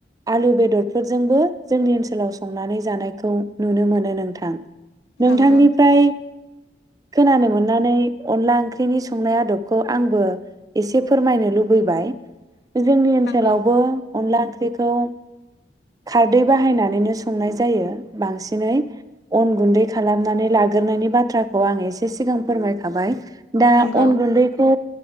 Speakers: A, on the right; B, on the left.
A: आलु बेदरफोरजोंबो जोंनि ओनसोलाव जोबोद । संनानै जानायखौ नुनो मोनो नोंथां । नोंथांनिफ्राय
B: नंगौ
A: खोनानो मोननानै अनला ओंख्रिनि संनाय आदबखौ आंबो एसे फोरमायनो लुबैबाय । जोंनि ओनसोलावबो
B: नंगौ
A: अनला ओंख्रै खौ खारदै बाहायनानै सङो । संनाय जायो बांसिनै अन गुन्दै खालामनानै लाग्रोनायनि बाथ्राखौ आं एसे सिगां फोरमायखाबाय । दा
B: नंगौ
A: अन गुन्दैखौ।